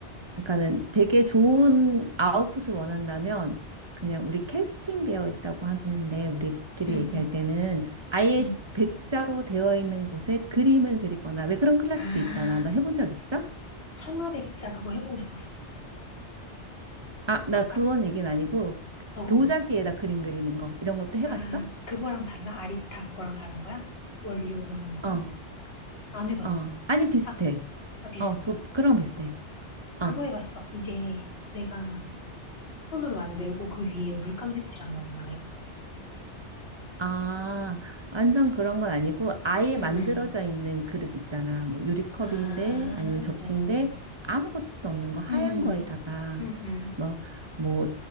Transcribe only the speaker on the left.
응,
응,
응.
응.
아,
청아백자 그거 해보고 싶었어.
아,
어, 어.
아, 그거랑 달라? 아리타 그거랑 다른 거야? 원료로 하는 거랑?
안 해봤어.
아, 아, 비슷해?
그거 해봤어. 이제 내가 손으로 만들고 그 위에 물감 색칠하는 것만 해봤어.
응,
응.
응, 응. 응,
응, 응. 아, 어.
음,
음, 음.